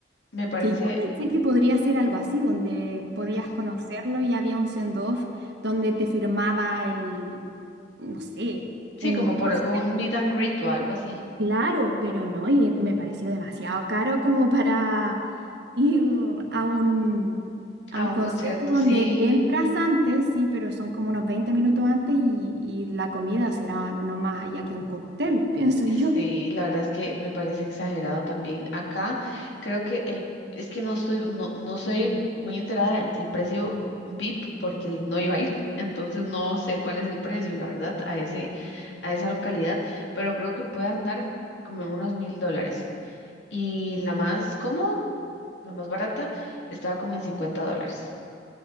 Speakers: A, on the left; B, on the right.
A: me parece,
B: que yo pensé que podría ser algo así, donde podías
A: ujú,
B: conocerlo y había un send-off donde te firmaba el, no sé,
A: Sí,
B: un
A: como
B: póster.
A: por un meet and greet o algo así,
B: Claro, pero no, y me pareció demasiado caro como para ir a un, a
A: a
B: un
A: un
B: concierto
A: concierto,
B: donde
A: sí.
B: entras antes, sí, pero son como unos 20 minutos antes y, y la comida será no más allá que un cóctel, <laughs> pienso yo.
A: Sí, la verdad es que me parece exagerado también. Acá creo que el, es que no estoy, no, no soy muy enterada del, del precio VIP porque el- no iba a ir. <laughs> Entonces no sé cuál es el precio, la verdad, a ese, a esa localidad, pero creo que puede andar como en unos mil dólares. Y la más cómoda, la más barata, estaba como en 50 dólares,